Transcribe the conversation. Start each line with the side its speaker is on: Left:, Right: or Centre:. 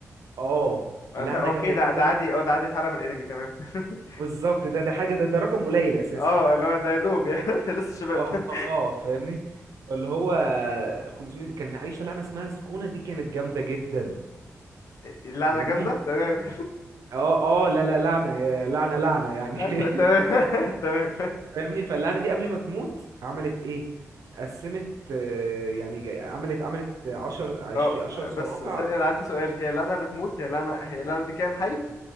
Right: اه
Left: آه،
Right: لعنة
Left: تا- اوكي
Right: جامدة
Left: ده
Right: جدا
Left: ده عادي اه ده عادي في عالم الانمي تمام <laughs>
Right: بالظبط ده ده حاجه ده ده رقم قليل اساسا
Left: اه اللي هو ده يا دوب يعني <laughs> لسه شباب
Right: اه
Left: <laughs>
Right: آه، فاهمني اللي هو 500 كان عايشه لعنه اسمها سكونه دي كانت جامده جدا
Left: اللعنة
Right: فاهمني
Left: جامدة تمام
Right: اه اه لا لا لعنه يا- لعنه لعنه
Left: <laughs>
Right: يعني
Left: آه،
Right: <laughs>
Left: ت- تمام <laughs> تمام
Right: فاهمني فاللعنه دي قبل ما تموت عملت ايه قسمت آه، يعني جا- عملت عملت 10 20
Left: اه
Right: 10 صوابع
Left: بس ثانية انا عندي سؤال هي لعنة بتموت هي لعنة هي لعنة دي كائن حي